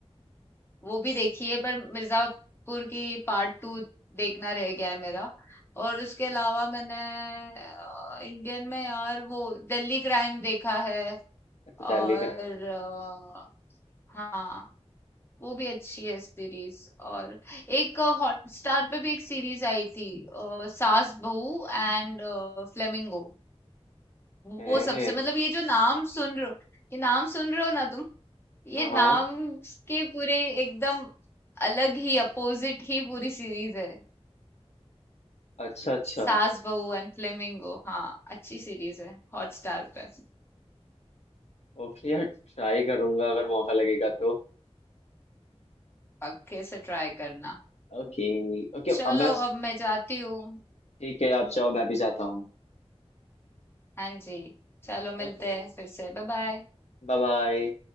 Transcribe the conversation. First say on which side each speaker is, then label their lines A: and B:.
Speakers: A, on the left; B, on the left.
A: वो भी देखी है पर मिर्जापुर की पार्ट टू देखना रह गया है मेरा और उसके अलावा मैंने अ, इंडियन में यार वो दिल्ली क्राइम देखा है
B: अच्छा दिल्ली
A: और
B: क्राइम
A: अ, हाँ वो भी अच्छी है सीरीज और एक हॉटस्टार पे भी एक सीरीज आई थी अ, सास बहू एंड फ्लेमिंगो
B: है
A: वो सबसे मतलब ये जो नाम सुन रहे हो ये नाम सुन रहे हो ना तुम ये
B: हाँ हाँ
A: नाम के पूरे एकदम अलग ही अपोजिट ही पूरी सीरीज है
B: अच्छा अच्छा
A: सास बहू एंड फ्लेमिंगो हाँ अच्छी सीरीज है हॉटस्टार पे
B: ओके यार ट्राई करूंगा अगर मौका लगेगा तो
A: पक्के से ट्राई करना
B: ओके ओके
A: चलो
B: अब मैं
A: अब मैं जाती हूँ
B: ठीक है आप जाओ मैं भी जाता हूँ
A: हाँ जी, चलो मिलते
B: ओके
A: हैं फिर से, बाय-बाय।
B: Bye bye